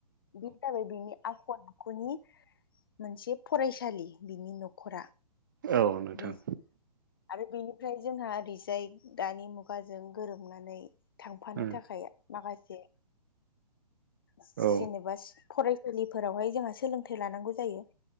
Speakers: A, on the left; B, on the right.
A: बे जाबाय बिनि आखल -आखुनि मोनसे फरायसालि बिनि न'खरा।
B: औ नोंथां।
A: बे आरो बेनिफ्राय जोंहा ओरैजाय दानि मुगाजों गोरोबनानै। थांफानो
B: उम
A: थाखाय माखासे जेनेबा
B: औ
A: फरायसालिफोरावहाय जोंहा सोलोंथाइ लानांगौ जायो।